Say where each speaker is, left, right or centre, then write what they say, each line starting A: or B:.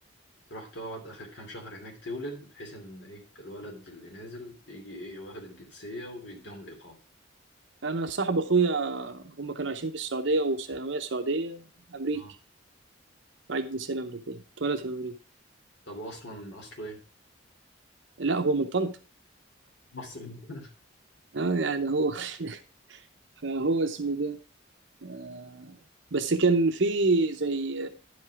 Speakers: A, on the left; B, on the right.
A: تروح تقعد اخر كام شهر هناك تولد بحيث ان ايه الولد اللي نازل يجي ايه واخد الجنسية ويديهم الاقامة
B: أنا صاحب أخويا هم كانوا عايشين في السعودية وثانوية سعودية أمريكي
A: اه
B: معاه الجنسية الأمريكية اتولد في أمريكا
A: طب اصلا اصله ايه
B: لا هو من طنطا
A: مصري <laughs>
B: آه يعني هو <laughs> فهو اسمه ده آه بس كان في زي